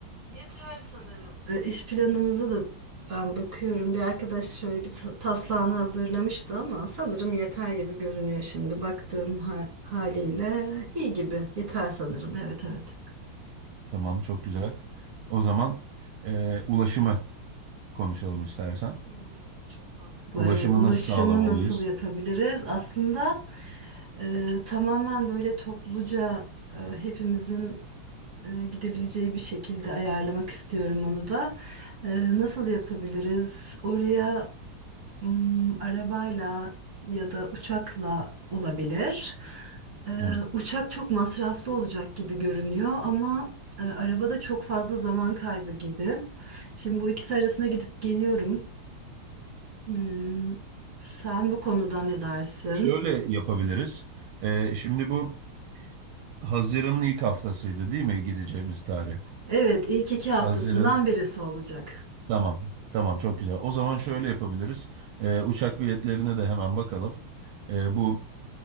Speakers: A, on the right; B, on the right.
A: Yeter sanırım. E, İş planımıza da ben bakıyorum. Bir arkadaş şöyle bir ta- taslağını hazırlamıştı ama sanırım yeter gibi görünüyor şimdi. Baktığım ha- haliyle iyi gibi. Yeter sanırım. Evet evet.
B: Tamam çok güzel. O zaman e, ulaşımı. konuşalım istersen.
A: Hmm, çok Bu, mantıklı.
B: Ulaşımı
A: Evet, ulaşımı
B: nasıl sağlamalıyız?
A: nasıl yapabiliriz? Aslında e, tamamen böyle topluca e, hepimizin e, gidebileceği bir şekilde ayarlamak istiyorum onu da. E, nasıl yapabiliriz? Oraya Hmm, arabayla ya da uçakla olabilir. Ee,
B: Evet.
A: uçak çok masraflı olacak gibi görünüyor ama e, arabada çok fazla zaman kaybı gibi. Şimdi bu ikisi arasında gidip geliyorum. Hmm, sen bu konuda ne dersin?
B: Şöyle yapabiliriz. Ee, şimdi bu Haziran'ın ilk haftasıydı değil mi gideceğimiz tarih?
A: Evet, ilk iki haftasından
B: Haziran.
A: birisi olacak.
B: Tamam. Tamam çok güzel. O zaman şöyle yapabiliriz. Ee, uçak biletlerine de hemen bakalım. Ee, bu